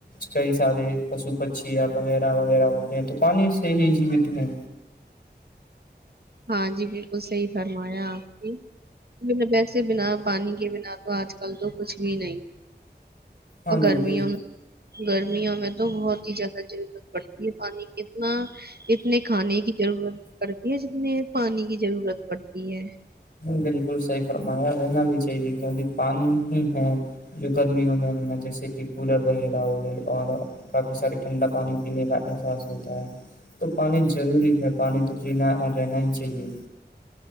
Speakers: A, on the left; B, on the right.
A: کئی سارے پشو پھیا وغیرہ وغیرہ ہوتے ہیں تو پانی سے ہی جیوت ہیں
B: ہاں جی بالکل صحی فرمایا آپ کی اس سے بنا پانی کے بنا تو آج کل تو کچھ بھی نہیں
A: ہاں
B: اور
A: بالکل
B: گرمیوں میں گرمیوں میں تو بہت ہی زیادہ ضرورت پڑتی ہے پانی کی اتنا اتنے کھانے کی ضرورت پڑتی ہے میں پانی کی ضرورت پڑتی ہے
A: بالکل صحیح فرمایا رہنا بھی چاہیے کیونکہ پانی ہی ہے جو گرمیوں میں جیسے کہ کولر وغیرہ ہو گئے اور کافی سارے ٹھنڈا پانی پینے کا احساس ہوتا ہے تو پانی ضروری ہے پانی تو پینا رہنا ہی چاہیے